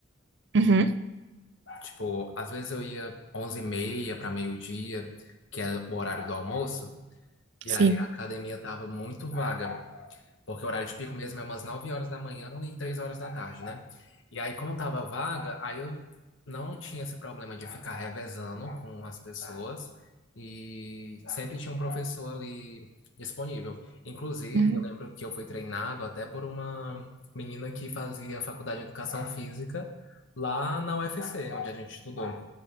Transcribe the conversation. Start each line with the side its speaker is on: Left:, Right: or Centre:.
Right: uhum,
Left: Tipo, às vezes eu ia 11 e meia para meio-dia, que é o horário do almoço, e
Right: sim.
Left: aí a academia tava muito vaga. Porque o horário de pico mesmo é umas 9 horas da manhã e 3 horas da tarde, né? E aí, como tava vaga, aí eu não tinha esse problema de ficar revezando com as pessoas e sempre tinha um professor ali disponível. Inclusive,
Right: Uhum,
Left: eu lembro que eu fui treinado até por uma menina que fazia faculdade de educação física lá na UFC, onde a gente estudou.